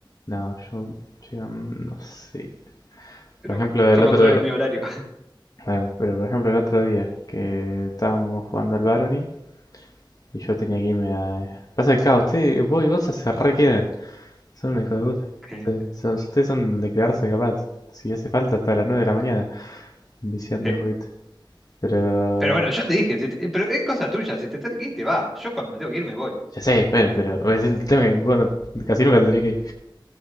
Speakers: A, on the left; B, in the centre.
A: No, yo, yo, mm, no sé.
B: Pero
A: Por ejemplo,
B: bueno,
A: el
B: yo
A: otro
B: controlo
A: de-
B: mi horario.
A: bueno, pero por ejemplo el otro día que estábamos jugando al Barony y yo tenía que irme a... Pasa que, claro, ustedes, vos y Gonza se re quedan. Son unos hijos de puta.
B: <laughs>
A: son- ustedes son de quedarse capaz. Si hace falta hasta las 9 de la mañana viciando
B: Sí.
A: el jueguito. Pero...
B: Pero bueno, yo te dije, si te- pero es cosa tuya, si te tenés que ir, te vas. Yo cuando me tengo que ir, me voy.
A: Ya sé, bueno, pero es el tema que, bueno, casi nunca tendría que ir.